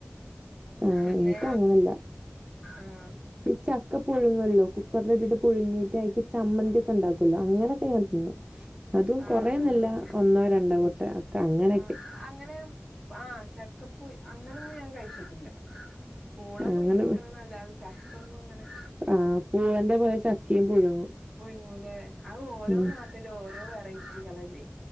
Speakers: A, on the right; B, in the centre.
A: അഹ്
B: പിന്നെ
A: എനിക്ക അങ്ങനല്ല.
B: ആഹ്
A: ഈ ചക്ക പുഴുങ്ങല്ല. കുക്കറൽ ഇട്ടിട്ട് പുഴുങ്ങയിട്ട് അയ്ക്ക് ചമ്മന്തി
B: ആഹ്
A: ഒക്കെ ഉണ്ടാക്കുമല്ലോ അങ്ങനെ അത്ഞാൻ തിന്നും അതും
B: ആഹ്
A: കൊറേന്നുംഇല്ല ഒന്നോ രണ്ടോ മുട്ട ഒക്കെ അങ്ങനൊക്കെ
B: ആഹ് അങ്ങനെ ആഹ് ചക്കപ്പുഴു അങ്ങനെയൊന്നും ഞാൻ കഴിച്ചിട്ടില്ല പൂള പുഴിങ്ങിക്ക്ണ്
A: അങ്ങനെ
B: നല്ലാതെ ചക്ക ഒന്നും ങ്ങനെ
A: ആ പൂളന്റെ പോലെ ചക്കയും പുഴുങ്ങും
B: പുഴുങ്ങുംലെ അഹ് ഓരോ
A: ഉം
B: നാട്ടിലും ഓരോ വെറൈറ്റികളല്ലേ